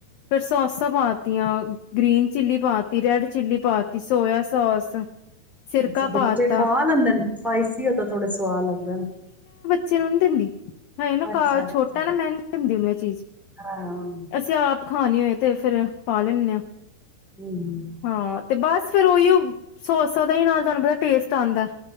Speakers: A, on the left; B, in the centre.
A: ਫੇਰ ਸੌਸਾ ਪਾ ਤੀਆਂ, ਗ੍ਰੀਨ ਚਿੱਲੀ ਪਾ ਤੀ, ਰੈਡ ਚਿੱਲੀ ਪਾਤੀ ਸੋਇਆ ਸੋਸ ਸਿਰਕਾ
B: ਅੱਛਾ,
A: ਪਾਤਾ
B: ਬੱਚੇ ਖਾ ਲੈਂਦੇ ਨੇ। ਸਪਾਈਸੀ ਏ ਤੇ ਥੋੜੇ ਸੁਆਦ ਲੱਗਦੇ ਨੇ।
A: ਚਲਨ ਦੇਂਦੀ ਹੲ ਨਾ
B: ਅੱਛਾ-ਅੱਛਾ,
A: ਕਾ ਛੋਟ ਪਹਿਲਾਂ ਮੈਂ ਨੀ ਦਿੰਦੀ ਉਹਨੂੰ ਇਹ ਚੀਜ਼।
B: ਹਾਂ,
A: ਅਸੀਂ ਆਪ ਖਾਣੀ ਹੋਏ ਤੇ ਫਿਰ, ਪਾ ਲੈਨੇ ਆ।
B: ਹੂੰ,
A: ਹਾਂ ਤੇ ਬਸ ਫੇਰ ਉਹੀਓ, ਸੋਸਾ ਦਾ ਹੀ ਨਾਲ ਸਾਨੂੰ ਪਤਾ ਟੇਸਟ ਆਉਂਦਾ।